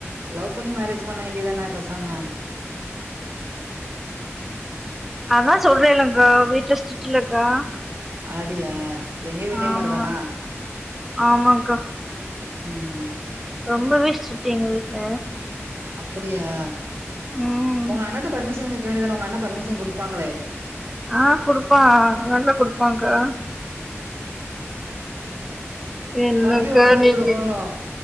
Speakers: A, on the right (about 50°); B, in the centre.
A: லவ் பண்ணி மேரேஜ் பண்ண வேண்டியதான பேசாம
B: அதா சொல்றேல்ல அக்கா வீட்ல ஸ்ட்ரிட் இல்லக்கா
A: அப்டியா எங்க வீட்லயு
B: ஆமா
A: மாரதானா
B: ஆமாங்க்கா
A: ம்
B: ரொம்பவே ஸ்ட்ரிட்டு எங்க வீட்ல
A: அப்பிடியா
B: ம்
A: உங்க அண்ணன்ட்ட பர்மிஷன் கேக்க வேண்டியதான உங்க அண்ண பர்மிஷன் குடுப்பாங்களே
B: ஆ குடுப்பா நல்லா குடுப்பாங்க்கா என்னக்கா
A: அடி உததா
B: நீங்க
A: குடுப்பானோ